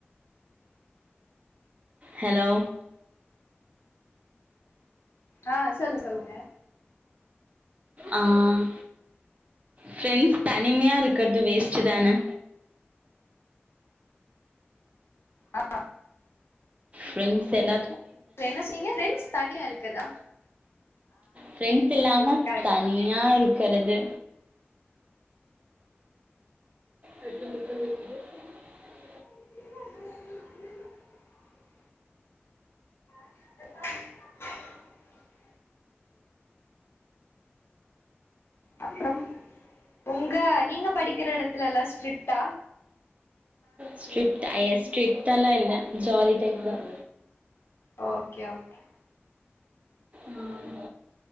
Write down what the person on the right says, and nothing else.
ஹலோ
ஆஹ் ப்ரெண்ட்ஸ் தனிமையா இருக்கிறது வேஸ்டு தானே
பிரிண்ட்ஸ் எல்லா
ப்ரெண்ட்ஸ் இல்லாம
தனியா
இருக்கிறது அடிக்கண்டு பிரசது <inaudible>
ஸ்ட்ரிட் ஐ எஸ் ஸ்ட்ரிக்ட்ட எல்லா இல்ல ஜாலி டைப் தான்
ம்